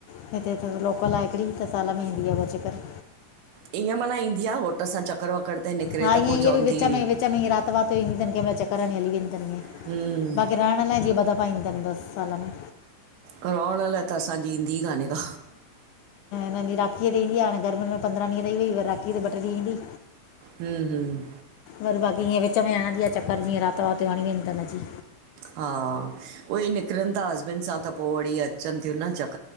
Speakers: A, on the left (about 80°); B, on the right (about 80°).
A: हिते त सिर्फ़ लोकल आ हिकड़ी त साल मे ईंदी आ ॿ चक्कर।
B: ईअं मन ईंदी आह घोट सां चक्कर वकर ते निकिरे
A: हा
B: त
A: ईअं
B: पोइ
A: ईऐ
B: चवंदी
A: बि विच में, विच में ईय रात वात यो ईंदी तन केमल चक्कर हणी वेदी तन ईअं।
B: हम्म
A: बाक़ी रहण लाय जिअ ॿ दफ़ा ईंदी तन बस साल में।
B: रौहण लाय त असां जी ईंदी काने का।
A: न इन ॾिह राखीअ ते ईंदी हाणे, गर्मीन मेंं पंद्रा ॾीहं रई वई वरी राखी ते ॿ ट्रे ॾींह ईंदी।
B: हूम्-हूम्!
A: वरी बाक़ी ईअं विच में हणंदी आए चक्कर जिअं रात वात यो हणी वेंदी तन अची।
B: हा, उहे ई निकरन था हस्बैंड सां त पो वडी अच़न थियूं न चक